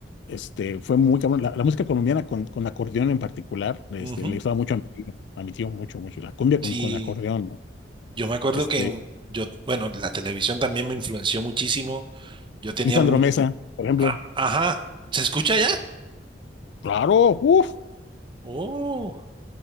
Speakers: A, on the left (about 70°); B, on the right (about 25°).
A: Este, fue muy cabrón. La, la música colombiana con, con acordeón en particular, este,
B: Ujú.
A: le gustaba mucho a mi tío, a mi tío mucho, mucho. La cumbia con,
B: Sí,
A: con acordeón, ¿no?
B: yo me acuerdo
A: Este,
B: que en- yo, bueno, la televisión también me influenció muchísimo. Yo tenía
A: y Sandro
B: muy,
A: Mesa, por ejemplo.
B: ah, ajá, ¿se escucha ya?
A: Claro, uff.
B: Oh,